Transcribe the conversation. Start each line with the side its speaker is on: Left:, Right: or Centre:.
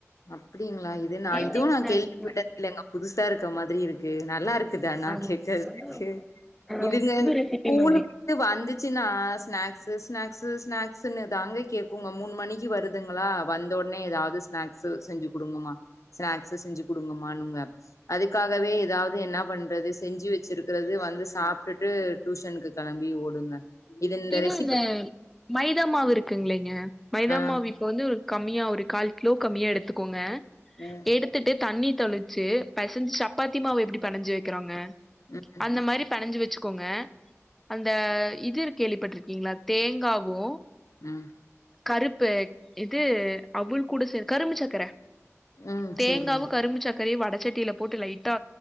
Left: அப்டிங்களா இது நா
Centre: ஈவினிங்
Left: இதுவு நா
Centre: ஸ்நாக்ஸ்ங்க
Left: கேள்விபட்டல்லங்க புதுசா இருக்க மாதிரி இருக்கு நல்லாருக் இதுக்கு தானா
Centre: ஆமாங்க
Left: கேக்கற
Centre: அது வந்து
Left: துக்கு
Centre: ஒரு ஆ
Left: இதுங்க
Centre: புது
Left: ஸகூலுக்
Centre: ரெசிபி மாதிரி
Left: விட்டு வந்துச்சுன்னா ஸ்நாக்ஸு ஸ்நாக்ஸு ஸ்நாக்ஸ்ன்னு தாங்க கே்க்குங்க மூணு மணிக் க்கி வருதுங்களா வந்தவொன்னே ஏதாவது ஸ்நாக்ஸு செஞ்சு குடுங்கம்மா ஸ்நாக்ஸு செஞ்சுக் குடுங்கமானுங்க அதுக்காகவே ஏதாவது என்ன பண்றது செஞ்சு வச்சிருக்கிறது வந்து சாப்ட்டுட்டு டியூஷனுக்கு கெளம்பி ஓடுங்க இது
Centre: பினு
Left: ரெசிபி
Centre: இந்த மைதா மாவு இருக்குங்கில்லீங்க மைதா
Left: ஆ
Centre: மாவு இப்ப வந்து ஒரு கம்மியா ஒரு கால் கிலோக் கம்மியா எடுத்துக்கோங்க
Left: ம்
Centre: எடுத் துட்டு தண்ணி தொளிச்சி பெசஞ்சி சப்பாத்தி மாவு எப்படி பெனஞ்சு வக்கிறோங்க
Left: ம்
Centre: அந்த மாதிரி பெனஞ்சி வச்சுக்கோங்க அந்த இது இருக் கேள்விப்பட்டிருக்கீங்களா தேங்காவு
Left: ம்
Centre: கருப்பு இது அவுல் கூட சே கரும்பு சக்கர
Left: ம்
Centre: தேங்காவு
Left: செரிங்க
Centre: கரும்பு சக்கர வடச்சட்டியில போட்டு லைட்டா